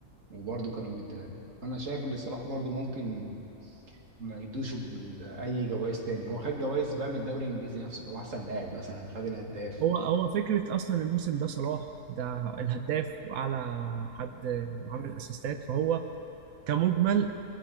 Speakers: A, on the right (about 65°); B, on the right (about 85°).
A: وبرضه كانوا بيديها لي انا شايف ان صلاح برضه ممكن ما يدوش ال- اي جوائز تاني هو خد جوائز بقى من الدوري الانجليزي نفسه اللي هو احسن لاعب مثلا خد الهداف
B: هو هو فكرة أصلا الموسم ده صلاح ده الهداف وأعلى حد عامل أسيستات فهو كمجمل